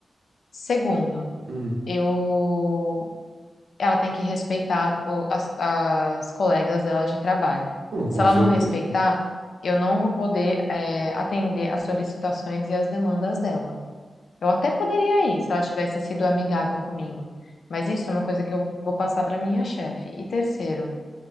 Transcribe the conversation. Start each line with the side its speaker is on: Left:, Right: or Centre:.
Left: Segundo,
Right: Hum.
Left: eu ela tem que respeitar o- as, as colegas dela de trabalho.
Right: Não, com
Left: Se ela
Right: certeza.
Left: não respeitar, eu não vou poder, é, atender as solicitações e as demandas dela. Eu até poderia ir, se ela tivesse sido amigável comigo. Mas isso é uma coisa que eu vou passar para minha chefe. E terceiro,